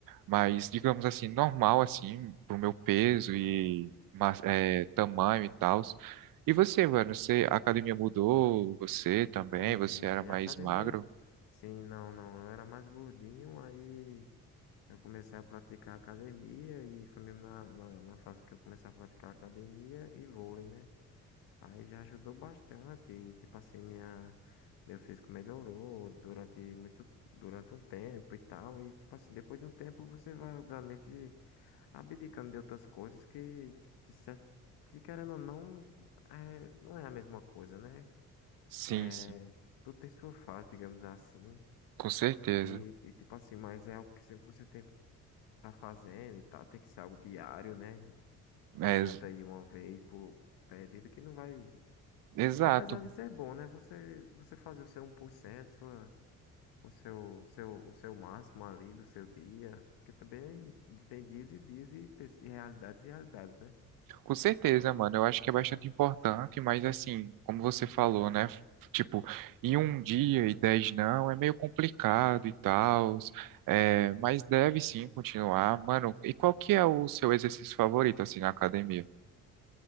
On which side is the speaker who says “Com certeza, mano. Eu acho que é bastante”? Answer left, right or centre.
Right